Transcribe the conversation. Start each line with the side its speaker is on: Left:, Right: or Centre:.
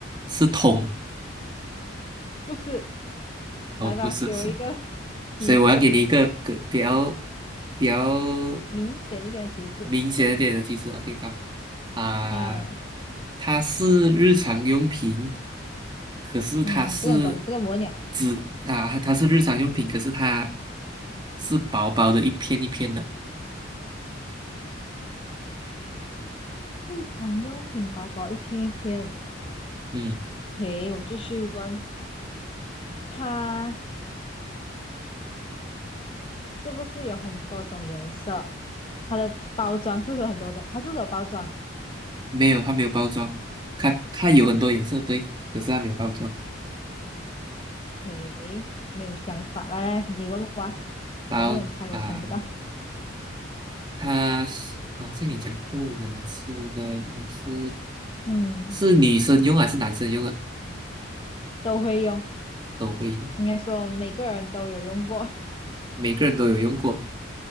Right: 是通
Left: 不是，
Right: 哦，
Left: 来吧，
Right: 不是是，
Left: 给我一个提示，
Right: 所以我要给你一个个比较比较
Left: 明显一点的提示，
Right: 明显一点的提示啊。
Left: 对，
Right: OK，好啊，
Left: 啊，
Right: 它是日常用品，可是它是
Left: 嗯，这个你给我，这个我鸟。
Right: 纸啊，它是日常用品，可是它是薄薄的一片一片的，
Left: 日常用品薄薄一片一片，
Right: 嗯，
Left: 诶，我继续问，它是不是有很多种颜色？它的包装是不是有很多种？它是不是有包装？
Right: 没有，它没有包装，它它有很多颜色，对，可是它没有包装。
Left: 诶，没有想法，来来，你问我啊，
Right: 然后啊。
Left: 我不能猜，我想不到。
Right: 它是啊，这里讲不能吃的，它是
Left: 嗯，
Right: 是女生用还是男生用啊？
Left: 都会用，
Right: 都会用，
Left: 应该说每个人都有用过。
Right: 每个人都有用过。